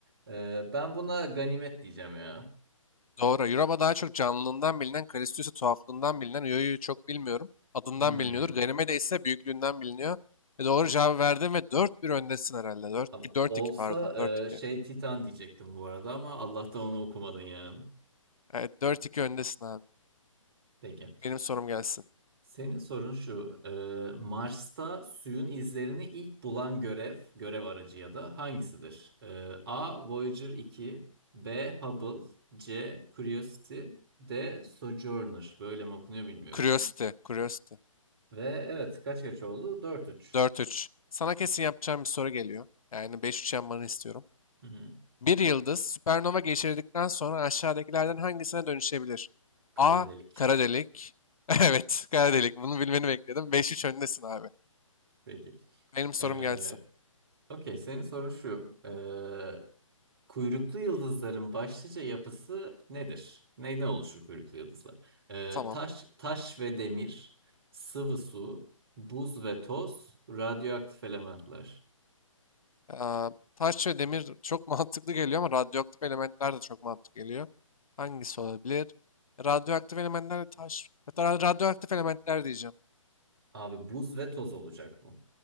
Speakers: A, on the right (about 40°); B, on the left (about 90°).
A: Ee, ben buna ganimet diyeceğim ya.
B: Doğru. Europa daha çok canlılığından bilinen, Kalistius'u tuhaflığından bilinen, Ioiu'yu çok bilmiyorum. Adından
A: Hmm.
B: biliniyordur. Ganymede ise büyüklüğünden biliniyor. Ve doğru cevabı verdin ve dört bir öndesin herhalde. Dört,
A: Ab-
B: dört
A: Olsa
B: iki pardon. dört iki.
A: e, şey Titan diyecektim bu arada ama Allah'tan onu okumadın yani.
B: Evet, dört iki öndesin abi.
A: Peki.
B: Benim sorum gelsin.
A: Senin sorun şu. e, Mars'ta suyun izlerini ilk bulan görev, görev aracı ya da hangisidir? E, A. Voyager 2 B. Hubble C. Curiosity D. Sojourner. Böyle mi okunuyor bilmiyorum.
B: Curiosity. Curiosity.
A: Ve evet kaç kaç oldu? Dört üç.
B: Dört üç. Sana kesin yapacağım bir soru geliyor. Yani beş üç yapmanı istiyorum.
A: Hı hı.
B: Bir yıldız süpernova geçirdikten sonra aşağıdakilerden hangisine dönüşebilir?
A: Kara
B: A.
A: delik.
B: Kara delik. <laughs> Evet, kara delik. Bunu bilmeni bekledim. Beş üç öndesin abi.
A: <laughs> Peki.
B: Benim sorum
A: Ee,
B: gelsin.
A: okey, senin sorun şu. Ee, kuyruklu yıldızların başlıca yapısı nedir? Neyden oluşur kuyruklu yıldızlar? Ee,
B: Tamam.
A: taş, taş ve demir, sıvı su, buz ve toz, radyoaktif elementler.
B: Aa, taş ve demir çok <laughs> mantıklı geliyor ama radyoaktif elementler de çok mantıklı geliyor. Hangisi olabilir? Radyoaktif elementler de taş. Hatta radyoaktif elementler diyeceğim.
A: Abi buz ve toz olacak bu.